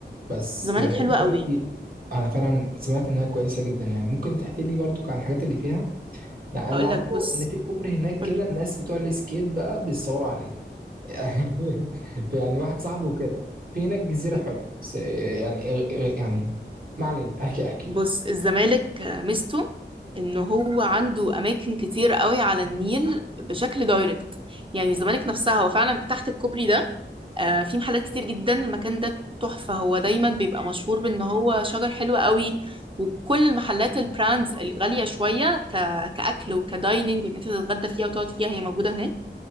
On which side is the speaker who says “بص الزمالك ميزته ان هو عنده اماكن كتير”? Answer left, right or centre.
Right